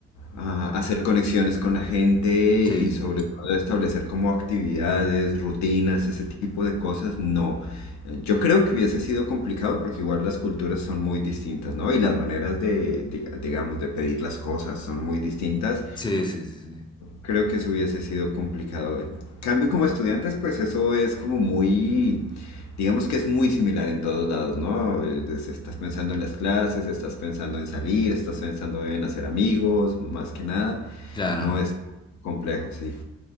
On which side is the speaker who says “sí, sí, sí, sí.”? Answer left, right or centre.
Left